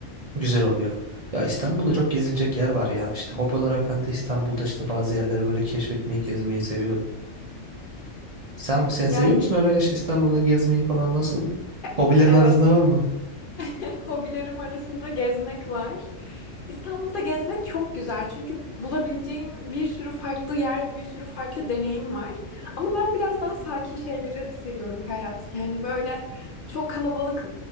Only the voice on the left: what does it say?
Yani
e-
evet.
<laughs> hobilerim arasında gezmek var. İstanbul'da gezmek çok güzel çünkü bulabileceğin bir sürü farklı yer, bir sürü farklı deneyim var. Ama ben biraz daha sakin şeyleri seviyorum Ferhat. Yani böyle çok kalabalık